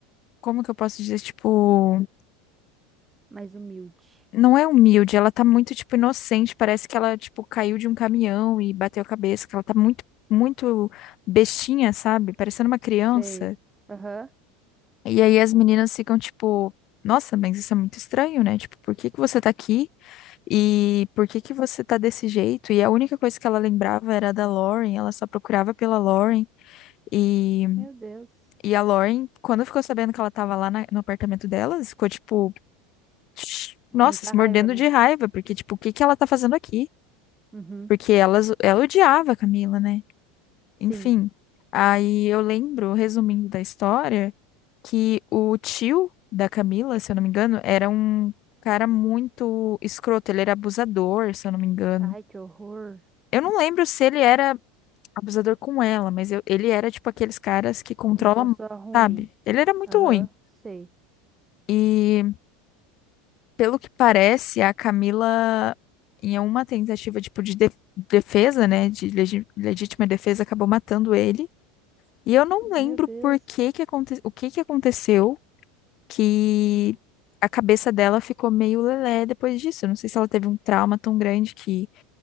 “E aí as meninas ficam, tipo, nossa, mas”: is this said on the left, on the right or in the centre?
Left